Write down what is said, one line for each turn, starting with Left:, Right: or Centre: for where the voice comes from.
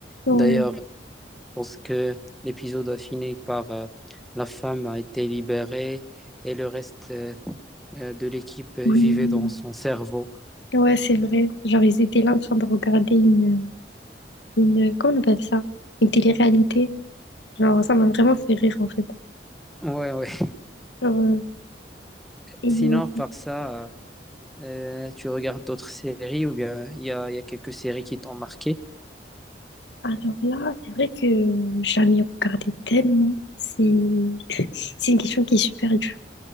Left: ouais,
Centre: D'ailleurs, je pense que l'épisode a fini par euh, la femme a été libérée et le reste euh, euh, de l'équipe vivait
Left: oui,
Centre: dans son cerveau.
Left: ouais, c'est vrai. Genre, ils étaient là en train de regarder une, une, comment on appelle ça? Une télé-réalité. Genre, ça m'a vraiment fait rire en fait.
Centre: Ouais, ouais.
Left: Genre, euh,
Centre: <laughs>
Left: et
Centre: Sinon,
Left: euh,
Centre: par ça... euh, Euh, tu regardes d'autres séries ou bien il y a, il y a quelques séries qui t'ont marqué?
Left: alors là, c'est vrai que j'en ai regardé tellement. C'est <laughs> c'est une question qui est super dure.